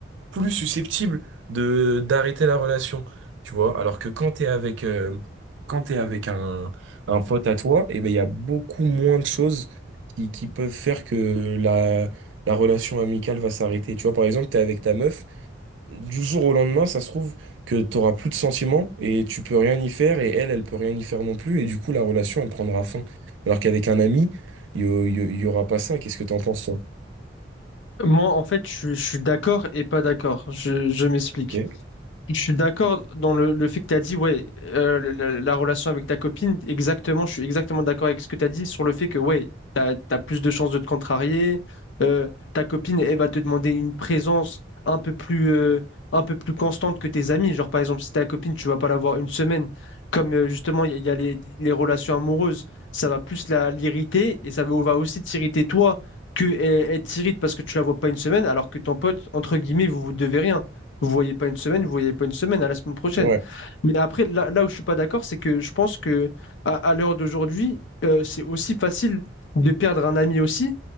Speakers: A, on the right; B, on the left.
A: plus susceptible de d'arrêter la relation, tu vois. Alors que quand t'es avec euh, quand t'es avec un, un pote à toi, et ben il y a beaucoup moins de choses qui, qui peuvent faire que la la relation amicale va s'arrêter. Tu vois, par exemple, t'es avec ta meuf, du jour au lendemain, ça se trouve que t'auras plus de sentiments et tu peux rien y faire et elle, elle peut rien y faire non plus et du coup la relation elle prendra fin. Alors qu'avec un ami, il y, a- il y- a- il y aura pas ça. Qu'est-ce que t'en penses toi?
B: Moi, en fait, je, je suis d'accord et pas d'accord. Je, je m'explique.
A: Ok.
B: Je suis d'accord dans le, le fait que tu as dit, ouais, euh, le- la, la relation avec ta copine, exactement, je suis exactement d'accord avec ce que tu as dit sur le fait que, ouais, tu as, plus de chances de te contrarier. euh, ta copine, elle va te demander une présence un peu plus, euh, un peu plus constante que tes amis. Genre, par exemple, si ta copine, tu vas pas la voir une semaine, comme euh, justement, il y, a il y a les, les relations amoureuses, ça va plus la, l'irriter et ça va va aussi t'irriter toi que elle, elle t'irrite parce que tu la vois pas une semaine, alors que ton pote, entre guillemets, vous vous devez rien. Vous voyez pas une semaine, vous voyez pas une semaine, à la semaine prochaine.
A: Ouais.
B: Mais après, là, là où je suis pas d'accord, c'est que je pense que à, à l'heure d'aujourd'hui, euh, c'est aussi facile de perdre un ami aussi,